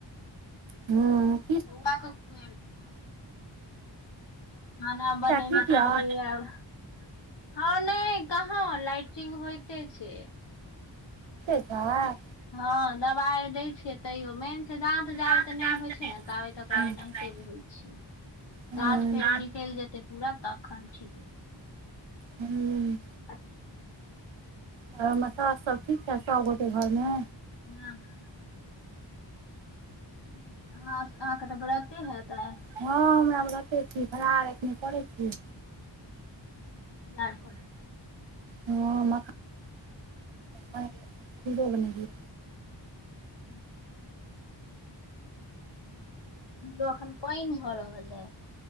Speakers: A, on the right (about 80°); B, on the left (about 65°).
A: हुं।
B: फेर बौअवा के खुएलौ अय। खाना बनैने
A: बच्चा ठीक
B: छलै
A: यऽ
B: आब हां नै कहाँ लाइटिंग होएते छै।
A: साए।
B: हां दवाय दै छियै तैयो मेन छै दांत जाबेतऽ
A: दाँत
B: नै
A: जाब
B: होय
A: तऽ
B: छै
A: नहि
B: नै ताबे तकरा
A: होइ
B: एनहि
A: छै।
B: ते होय छै,
A: हूँ
B: दांत फेरो निकैल जेते पूरा तखन ठीक हे
A: हम्म
B: <inaudible>
A: ह मसा सब ठीक छैत, सभ गोटे घरमे।
B: निय हँ। कि अ अहाँके तऽ ब्रते हतै आय।
A: हँ हमरा व्रते छी फलाहार एखन करै छी।
B: <unintelligible> लाल कहने छैले।
A: <unintelligible> मखा- - <unintelligible> पुंजों बनेलिही।
B: <inaudible> <unintelligible> दोहल प ईन भऽ रहल अई